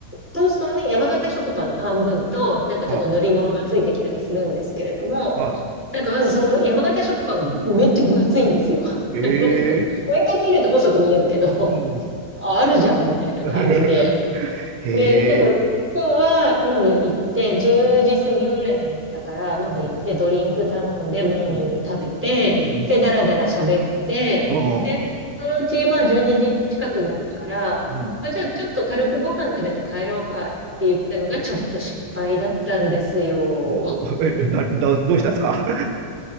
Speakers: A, in the centre; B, on the right (about 85°).
A: トーストのね、山形食パンの半分と、なんかちょっと塗り物がついてきたりするんですけれども、
B: はあ、はあ。
A: なんかまずその山形食パンがめっちゃ分厚いんですよ。<laughs> あの上から見ると細く見えるけど、
B: ええうん。
A: ああるじゃんみたいな感じで。
B: <laughs> へえ。
A: で、だから今日は、まず行って、10時過ぎぐらいに来たから、
B: うん。
A: まず行ってドリンク頼んで、
B: うん。
A: モーニング食べて、
B: うん。うん。
A: で、だらだら喋って、
B: ああ。
A: で、そのうち、まあ、12時近くになったから、
B: うん。
A: まあ、じゃあちょっと軽くご飯食べて帰ろうかって言ったのが、ちょっと失敗だったんですよ。
B: おお。え、な、な、どうしたんですか